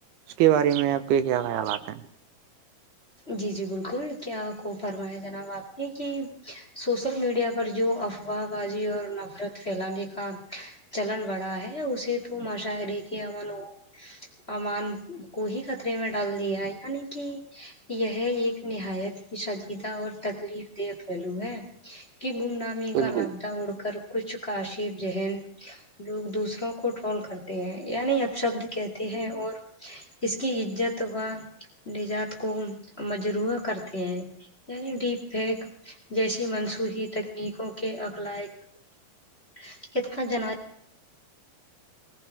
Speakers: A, on the right; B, on the left.
A: اس کے بارے میں آپ کے کیا خیالات ہیں
B: جی جی بالکل کیا کو فرما ہے جناب آپ نے کہ سوشل میڈیا پر جو ا وا بازی اور نفرت پھیلانے کا چلن بڑا ہے یہ اسے تو مشااہرے کے امن امان کو ہی خطرے میں ڈال دیا ہے یعنی کہ یہ ایک نہایت سجیدہ اور تکلیف دہ پہلو ہے کہ گم نامے
A: بالکل
B: کا لپدہ اڑ کر کچھ کاشف ذہن لوگ دوسروں کو ٹول کرتے ہیں یعنی اب شبد کہتے ہیں اور اس کی عزت و نجات کو مجروح کرتے ہیں یعنی ڈیپ پیک جیسی منصوخی تکنیکوں کے اقلاق <unintelligible>